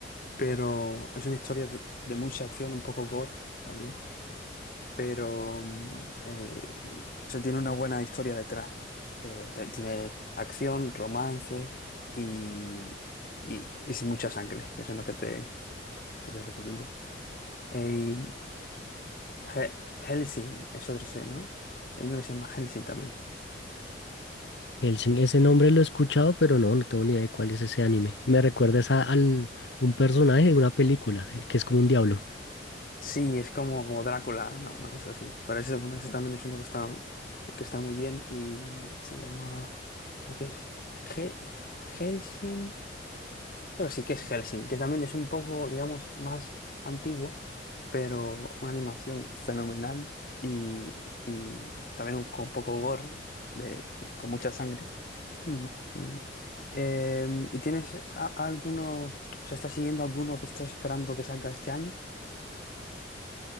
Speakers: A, on the left (about 50°); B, on the left (about 90°).
A: pero es una historia de de mucha acción, un poco gore también. Pero mm, eh, se tiene una buena historia detrás. Eh, te- tiene acción, romance y, y, y sin mucha sangre. que Eso es lo que te, que te recomiendo. Eh, He- Helsing es otro C, ¿no? Hay uno que se llama Helsing también.
B: Hellsing, ese nombre lo he escuchado, pero no, no tengo ni idea de cuál es ese anime. Me recuerdas a, al, a un personaje de una película, el que es como un diablo.
A: Sí, es como, como Drácula, una Una cosa así. Pero ese, bueno, ese también es uno que está, que está muy bien y se llama, creo que es Hel- Helsing. Creo que sí que es Helsing, que también es un poco, digamos, más antiguo, pero una animación fenomenal y, y también un- con poco gore, de, de- con mucha sangre. Mm, muy bien. Em, ¿y tienes a- alguno, o sea, estás siguiendo alguno que estás esperando que salga este año?